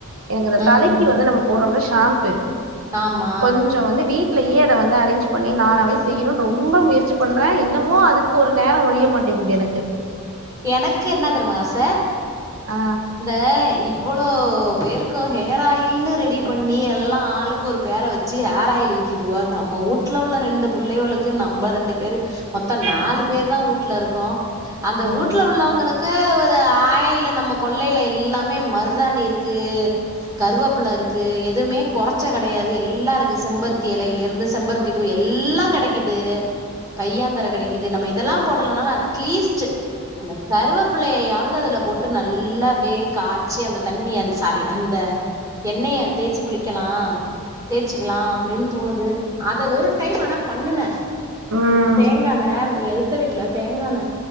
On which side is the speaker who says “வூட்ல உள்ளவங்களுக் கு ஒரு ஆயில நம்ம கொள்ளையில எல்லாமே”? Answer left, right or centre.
Right